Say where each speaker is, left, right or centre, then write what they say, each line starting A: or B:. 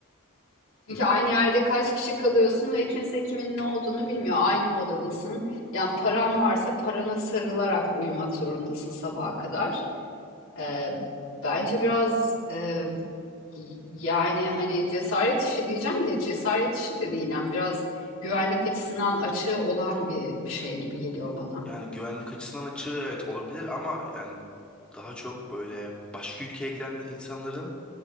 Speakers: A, on the left; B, in the centre.
A: çünkü aynı yerde kaç kişi kalıyorsun ve kimse kimin ne olduğunu bilmiyor. Aynı odadasın. Yani paran varsa parana sarılarak uyumak zorundasın sabaha kadar. Ee, bence biraz e, yani hani cesaret işi diyeceğim de cesaret işi de değil. Yani biraz güvenlik açısından açığı olan bir, bir şey gibi geliyor bana.
B: Yani güvenlik açısından açığı evet olabilir ama yani daha çok böyle başka ülkeye giden de insanların